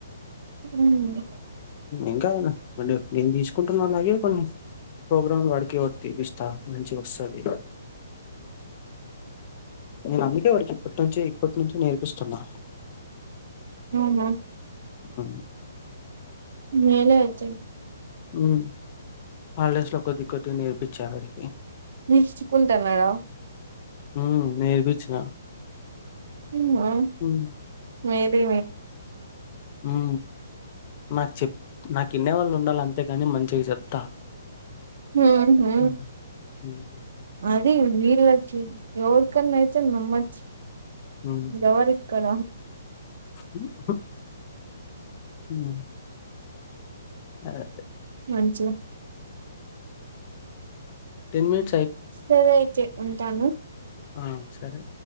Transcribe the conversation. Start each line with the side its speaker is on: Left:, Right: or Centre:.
Right: మ్
Left: ఇంకా ఎదన్నా నేను తీసుకుంటున్నా అలాగే కొన్ని ప్రోగ్రామ్ వాడికి ఓటి తిపిస్త మంచిగోస్తది నేను అందుకే వాడికి ఇప్పటి నుంచే ఇప్పటి నుంచే నేర్పిస్తున్నా
Right: ఆహా
Left: ఆ
Right: మేలే వచ్చి
Left: మ్ హాల్ డేస్ లో కొద్ది కొద్దిగా నేర్పించావాడికి
Right: మీరుచుకుంటున్నాడా
Left: మ్ నేర్పించిన
Right: అవునా
Left: హ్మ్.
Right: మీది
Left: మ్ నాకు చెప్ నాకు ఇన్నే వాళ్ళు ఉండాలంతేగాని మంచిగా చెప్తా
Right: మ్ హు
Left: హ్మ్. హ్మ్.
Right: అద్ ఇది వీళ్ళచ్చి ఎవరికన్నా అయితే నమ్మచ్
Left: హ్మ్.
Right: ఎవరిక్కడ
Left: <inaudible> అదే.
Right: మంచిగ
Left: టేన్ మనిట్
Right: సరే అయితే ఉంటాను
Left: ఆ సరే